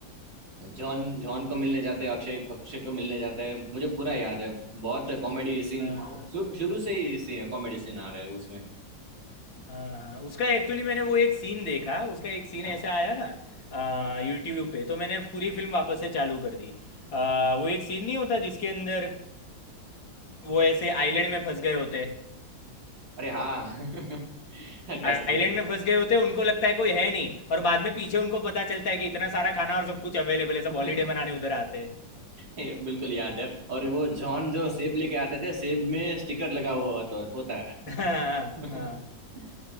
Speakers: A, on the right (about 70°); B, on the left (about 75°).
A: जॉन जॉन को मिलने जाते हैं अक्षय अक्षय को मिलने जाते हैं मुझे पूरा याद है बहुत कॉमेडी सीन
B: हाँ
A: था वो शुरू शुरू से ही कॉमेडी सीन आ रहे हैं उसमें
B: हाँ हाँ उसका एक्चुअली मैंने वो एक सीन देखा उसका एक सीन
A: अच्छा
B: ऐसा आया ना यूट्यूब पे तो मैंने पूरी फिल्म वापस से चालू कर दी आ, वो एक सीन नहीं होता जिसके अंदर वो ऐसे आइलैंड में फंस गए होते
A: अरे हाँ <laughs> कैसे
B: आइलैंड में फंस गए होते उनको लगता है कोई है नहीं और बाद में पीछे उनको पता चलता है कि इतना सारा खाना और सब कुछ अवेलेबल है सब
A: बोल
B: हॉलीडे
A: <laughs>
B: मनाने उधर आते
A: ये बिल्कुल याद है और वो जॉन जो
B: हैं
A: सेब लेके आते थे सेब में स्टिकर लगा हुआ होता होता है <laughs>
B: हाँ हाँ